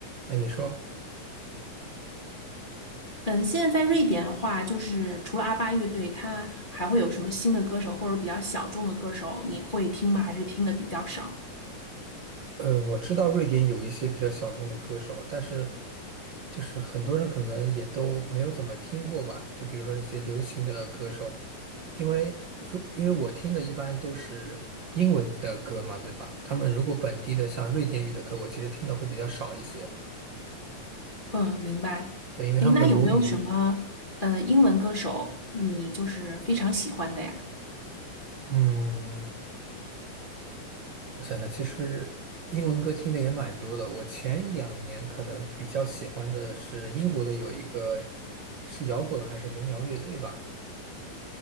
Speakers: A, on the right; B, on the left.
A: 哎，你说。
B: 嗯，现在在瑞典的话，就是除了阿巴乐队，它还会有什么新的歌手或者比较小众的歌手，你会听吗？还是听的比较少？
A: 呃，我知道瑞典有一些比较小众的歌手，但是就是很多人可能也都没有怎么听过吧。就比如说这些流行的歌手，因为说因为我听的一般都是英文的歌嘛，对吧？他们如果本地的像瑞典语的歌，我其实听的会比较少一些。
B: 嗯，明白。
A: 对，因为他们的母语，
B: 诶，那有没有什么呃英文歌手你就是非常喜欢的呀？
A: 嗯，我想想，其实英文歌听的也蛮多的。我前两年可能比较喜欢的是英国的有一个是摇滚还是民谣乐队吧，